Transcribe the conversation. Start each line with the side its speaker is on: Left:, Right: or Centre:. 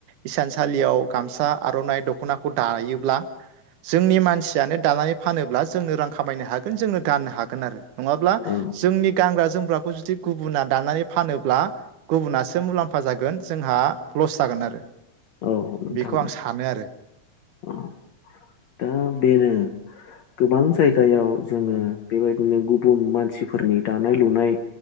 Right: इसानसालियाव गामसा आर'नाइ दख'नाखौ दायोब्ला जोंनि मानसियानो दानानै फानोब्ला जोंनो रां खामायनो हागोन, जोंनो गाननो हागोन आरो नङाब्ला जोंनि
Left: औ
Right: गानग्रा जोमग्रा <unintelligible> जुदि गुबुना दानानै फानोब्ला गुबुनासो मुलाम्फा जागोन जोंहा लस जागोन आरो।
Left: औ नोंथां
Right: बेखौ आं सानो आरो
Left: औ दा बेनो गोबां जायगायाव जोङो बेबायदिनो गुबुन मानसिफोरनि दानाय -लुनाय